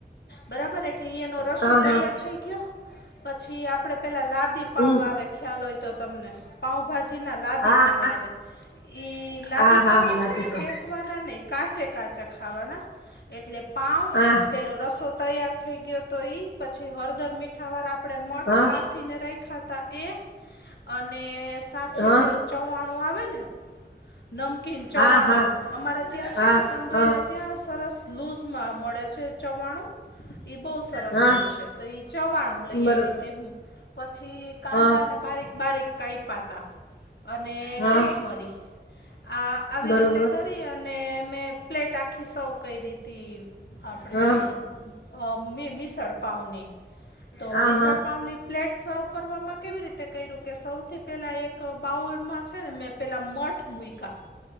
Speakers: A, on the left; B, on the left.
A: બરાબર એટલે એનો રસ્સો
B: હા
A: તૈયાર
B: હા
A: થઈ ગયો પછી આપણે પેલા લાદી પાવ
B: હમ
A: આવે ખ્યાલ હોય તો તમને પાઉંભાજી ના લાદી
B: હા હા
A: પાાવ આવે ઈ
B: હા
A: લાદી
B: હા
A: પાઉને
B: હા લાદી
A: છે ને
B: પણ
A: શેક શેક વાના નહીં કાચે કાચા ખાવાના એટલે પાઉ
B: હ
A: પેલો રસો તૈયાર થઈ ગયો તો ઈ પછી હળદર મીઠા વાર આપણે મઠ
B: હા
A: બાફીયા ફીને રાખાતા એ અને સાથે
B: હા
A: પેલું ચવાણું આવે ને નમકીન ચવાણું
B: હા હા
A: અમારે ત્યાં
B: હા
A: છે ને કંદોઈને
B: હા
A: ત્યાં સરસ લૂઝ માં મળે છે ચવાણું એ બહુ સરસ
B: હા
A: હોય છે તો ઈ ચવાણું લઈ
B: બરો
A: આવી હતી હું પછી કાંદાને
B: હા
A: બારીક બારીક કાાયપતા અને
B: હા
A: કોથમરી આ આવી
B: બરોબર
A: રીતે કરી અને મેં પ્લેટ આખી સવૅ કઈ રીતે આપણેે
B: હા
A: મીસળપાવની તો
B: હા
A: મીસળપાવની
B: હા
A: પ્લેટ સર્વ કરવામાં કેવી રીતે કર્યું કે સૌથી પહેલા એક બાઉલમાં છે ને મેં પેલાં મઠ મુઈકા